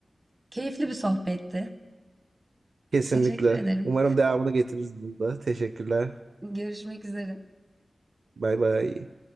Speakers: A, on the right; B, on the right.
A: Keyifli bir sohbetti.
B: Kesinlikle.
A: Teşekkür ederim.
B: Umarım devamını getiririz bunda. Teşekkürler.
A: Görüşmek üzere.
B: Bay bay.